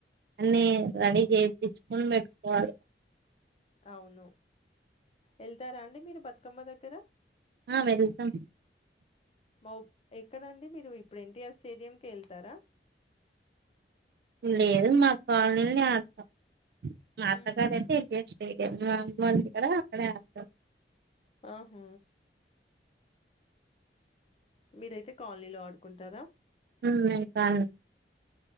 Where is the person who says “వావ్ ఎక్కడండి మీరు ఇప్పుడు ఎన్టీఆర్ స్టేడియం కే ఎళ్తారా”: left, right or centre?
Left